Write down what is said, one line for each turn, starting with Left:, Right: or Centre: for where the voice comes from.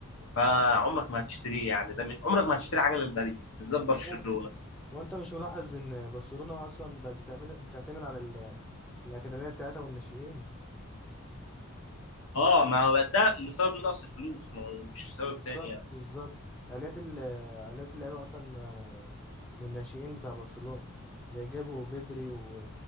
Left: فعمرك ما هتشتريه يعني ده من- عمرك ما هتشتري حاجه من باريس بالذات برشلونه
Centre: سعر وانت مش ملاحظ ان برشلونة اصلا بقت بتعمل بتعتمد على ال- الاكاديمية بتاعتها والناشئين
Left: اه ما هو ده لسبب نقص الفلوس ما هو مش سبب
Centre: بالظبط
Left: تاني يعني.
Centre: بالظبط عائلات ال عائلات اللعيبة اصلا آه، من الناشئين بتاع برشلونة زي جافو وبدري و...